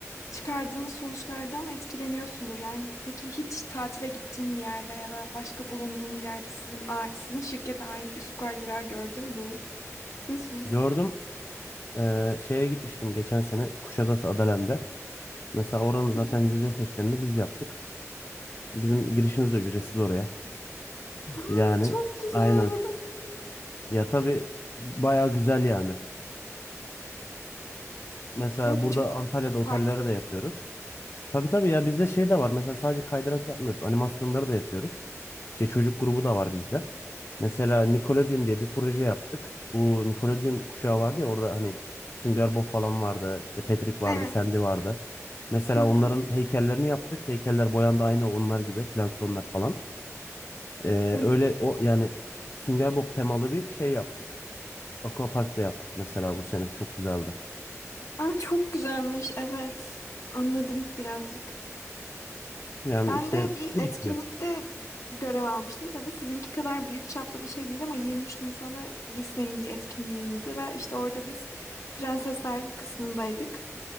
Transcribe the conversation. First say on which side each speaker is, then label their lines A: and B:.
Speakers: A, on the left (about 70°); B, on the left (about 50°).
A: çıkardığınız sonuçlardan etkileniyorsundur. Yani peki hiç tatile gittiğin bir yerde ya da başka bulunduğun bir yerde sizin a- sizin şirkete ait bir su kaydırağı gördün mü? Nasıl bir his?
B: Gördüm e, şeye gitmiştim geçen sene Kuşadası Adalen'de. Mesela oranın zaten
A: Hı hı.
B: yüzde seksenini biz yaptık. Bizim girişimiz de ücretsiz oraya.
A: Aa,
B: Yani
A: çok güzel.
B: aynen.
A: <laughs>
B: Ya tabii bayağı güzel yani. Mesela
A: Evet
B: burada
A: çok
B: Antalya'da
A: farklı.
B: otellere de yapıyoruz. Tabii tabii ya bizde şey de var. Mesela sadece kaydırak yapmıyoruz. Animasyonları da yapıyoruz. İşte çocuk grubu da var bizde. Mesela Nickelodeon diye bir proje yaptık. Bu Nickelodeon kuşağı vardı ya orada hani Sünger Bob falan vardı. işte Patrick vardı,
A: Evet.
B: Sandy vardı. Mesela
A: Hı
B: onların
A: hı.
B: heykellerini yaptık. Heykeller boyandı aynı onlar gibi. Planktonlar falan. Ee,
A: Hı
B: öyle
A: hı.
B: o yani Sünger Bob temalı bir şey yaptık. Aquapark da yaptık mesela bu sene. Çok güzeldi.
A: Aa, çok güzelmiş. Evet. Anladım birazcık.
B: Yani
A: Ben
B: işte
A: de bir
B: değişiyor.
A: etkinlikte görev almıştım. Tabii sizinki kadar büyük çaplı bir şey değil ama 23 Nisan'da Disney'in bir etkinliğiydi ve işte orada biz prensesler kısmındaydık.